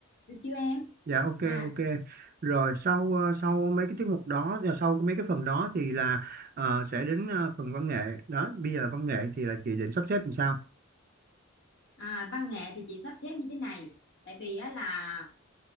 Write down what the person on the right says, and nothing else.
dạ ok
ok rồi sau ờ, sau mấy cái tiết mục đó và sau mấy cái phần đó thì là ờ, sẽ đến ờ, phần văn nghệ đó bây giờ văn nghệ thì là chị định sắp xếp làm sao